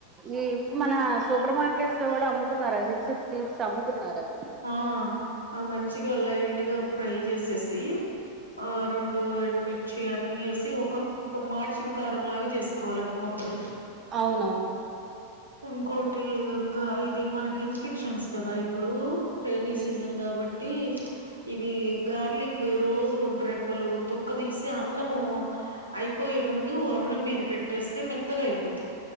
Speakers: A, on the right (about 25°); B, on the right (about 85°).
A: ఈ మన సూపర్ మార్కెట్స్ లో గూడ అమ్ముతున్నరాయి మిక్స్డ్ సీడ్స్ అమ్ముతున్నరాయి
B: ఆ అ మంచిగా లైట్ గా ఫ్రై జేసేసి ఆ రెండు ఎండుమిర్చి అన్ని ఏసి ఒ కప్పు ఒమ్ మాడిచిన కారంలాగా జేసుకోవాలి ఒక ముద్దలో కి
A: అవునవును
B: ఇంకోటి గా ఇది మనకి ఇన్ఫెక్షన్స్ గదా ఇప్పుడు రెైైనీ
A: ఉహు
B: సీజన్ గాబట్టి ఇవి గార్లిక్వి రోజు రెండు రెబ్బలు తొక్క దీసి అన్నము అయిపోయే ముందు అన్నం మీద పెట్టేస్తే మెత్తగా అయిపోతాయి